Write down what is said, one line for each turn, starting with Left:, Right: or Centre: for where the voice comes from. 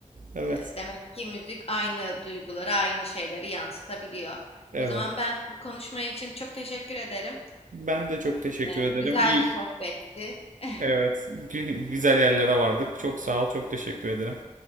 Right: evet.
Left: E, Demek ki müzik aynı duyguları, aynı şeyleri yansıtabiliyor.
Right: Evet.
Left: O zaman ben bu konuşma için çok teşekkür ederim.
Right: Ben de çok teşekkür
Left: E,
Right: ederim.
Left: Güzel
Right: İyi,
Left: bir sohbetti. <laughs>
Right: Evet, gü- güzel yerlere vardık. Çok sağ ol, çok teşekkür ederim.